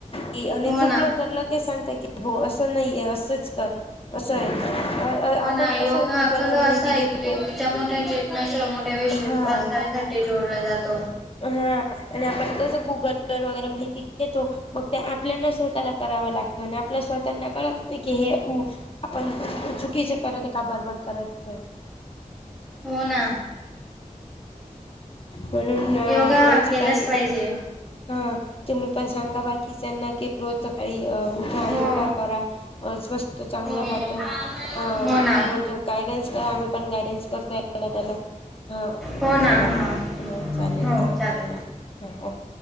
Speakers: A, on the left; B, in the centre.
A: की आणि
B: हो
A: चुकल
B: ना
A: तर लगेच सांगत की भाऊ असं नाहीये असंच कर असं आहे. अ,
B: हो
A: आपण
B: ना योग
A: कसं
B: हा
A: गुगलवर
B: खरं असा
A: माहिती
B: आहे
A: घेतो
B: की व्यक्तीच्या मोठ्या चेतनास मोठ्या वैश् वास्ताव्यासाठी
A: हा
B: ते जोडला जातो.
A: हा आणि आपण तस गुगल व वगैरे माहिती घेतो. मग ते आपल्याना स्वतःला करावं लागत आणि आपल्या स्वतःना कळ की हे आपण चूकीचे करत ते का बरबर करत ते.
B: हो ना.
A: म्हणून
B: योगा
A: रोज
B: हा
A: सकाळी
B: केलाच पाहिजे.
A: हा तुम्ही पण सांगा बाकीचना की रोज सकाळी उठा
B: हो.
A: योगा करा स्वस्थ चांगलं
B: हो
A: राहत.
B: हो
A: अ म्हण
B: हो ना
A: गायडन्स काय आम्ही पण गायडन्स करतोय ह्याला त्याला. हा
B: हो ना
A: चला
B: हा
A: म हो चालेल
B: हो चालेल.
A: चला हा ओके.